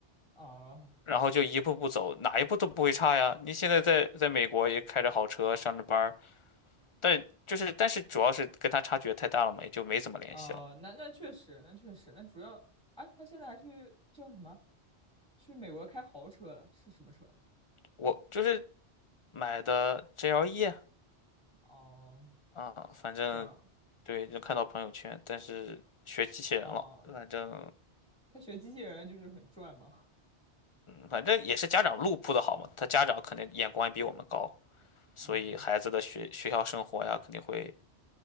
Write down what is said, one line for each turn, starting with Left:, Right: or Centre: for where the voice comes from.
Centre: 哦
Left: 然后就一步步走，哪一步都不会差呀。你现在在在美国也开着好车上着班儿，但就是但是主要是跟他差距太大了嘛，也就没怎么联系了。
Centre: 哦，那那确实，那确实，那主要，哎，他现在还去叫什么？去美国开豪车了？是什么车？
Left: 我就是买的 GLE
Centre: 哦，
Left: 啊，啊反正
Centre: 这样
Left: 对，就看到朋友圈，但是学机器人了，
Centre: 哦，
Left: 反正
Centre: 他学机器人就是很赚嘛。
Left: 反正也是家长路铺的好嘛，他家长肯定眼光也比我们高，所以孩子的学学校生活呀，
Centre: <laughs> 嗯，
Left: 肯定会，